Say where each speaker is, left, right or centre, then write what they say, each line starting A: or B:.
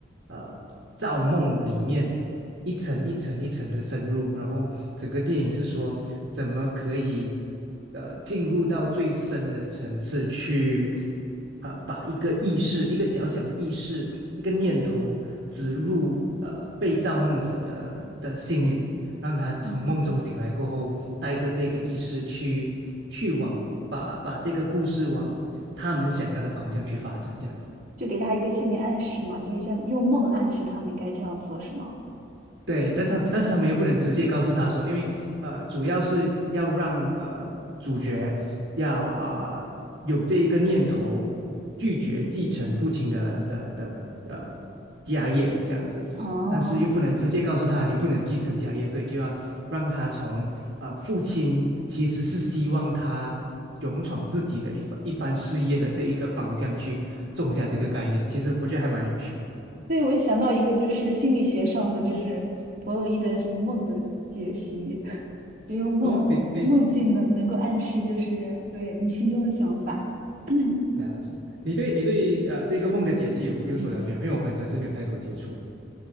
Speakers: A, on the right; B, on the right.
A: 呃造梦里面一层一层一层的深入，然后整个电影是说怎么可以呃进入到最深的层次去，呃把一个意识一个小小的意识一个念头植入呃被造梦者的的心里。让他从梦中醒来过后，
B: 嗯，
A: 带着这个意识去去往把把这个故事往他们想要的方向去发展，这样子。
B: 就给他一个心理暗示嘛，就是这样用梦暗示他们应该这样做，是吗？
A: 对，但是他但是他们又不能直接告诉他说，因为呃，主要是要让呃主角要啊、呃有这一个念头，拒绝继承父亲的的的呃家业这样子，
B: 哦，
A: 但是又不能直接告诉他你不能继承家业，所以就要让他从呃父亲其实是希望他勇闯自己的一番一番事业的这一个方向去种下这个概念，其实我觉得还蛮有趣的。
B: 对，我也想到一个，就是心理学上的，就是弗洛伊德是梦的解析，<laughs> 就用梦梦境能能够暗示，
A: 哦，你你
B: 就是对你心中的想法。<clears throat>
A: 了解。你对你对呃这个梦的解析有有所了解吗？
B: 嗯，
A: 因为我本身是没有太多接触